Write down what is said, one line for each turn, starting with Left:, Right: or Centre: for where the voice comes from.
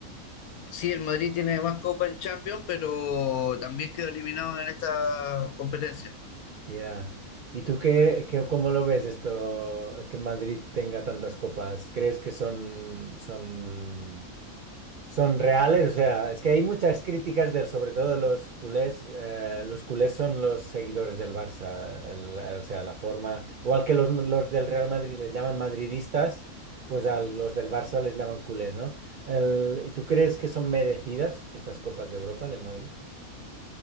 Left: Sí, el Madrid tiene más copa en Champions, pero también quedó eliminado en esta competencia.
Right: Ya. ¿Y tú qué, qué- cómo lo ves esto, que Madrid tenga tantas copas? ¿Crees que son, son, son reales? O sea, es que hay muchas críticas del, sobre todo los culés. eh, los culés son los seguidores del Barça. el- eh, o sea, la forma, igual que los, los del Real Madrid les llaman madridistas, pues a los del Barça les llaman culés, ¿no? El- ¿y tú crees que son merecidas estas copas de Europa del Madrid?